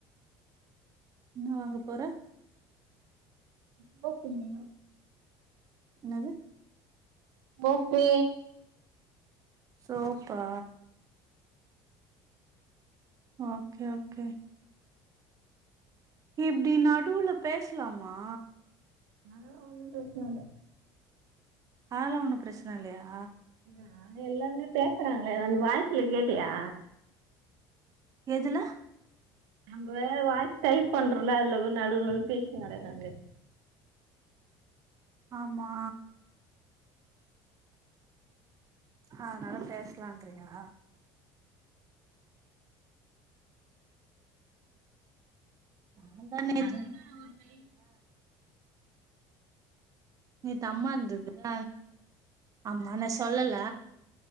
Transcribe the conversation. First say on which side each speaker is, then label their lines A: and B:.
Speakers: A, on the right (about 35°); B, on the right (about 85°).
A: ன்னா வாங்க போற
B: சோப்பில்ல
A: ன்னது
B: சோப்பே
A: சோப்பா ஓகே ஓகே இப்டி நடுவுல பேஸ்லாமா
B: அதுலா ஒன்னும் பிரச்ன இல்ல
A: ஆல்லாம் ஒண்ணும் பிரச்சன இல்லயா
B: ஆ எல்லாருமே பேசுறாங்ளே அந்த வாயசுல கேட்டியா
A: எதுல
B: நம்பே வாய்ஸ் டைப் பண்றோல்ல அதுல பார் நடுவுல நடுவுல பேசிட் கிடக்கறாங்ளே
A: ஆமா அதுனால பேஸ்லான்றியா முந்தா நேத்
B: அதுலா ஓகேய்
A: நேத்து அம்மா இருந்துதுல ஆமாண்ட சொல்லல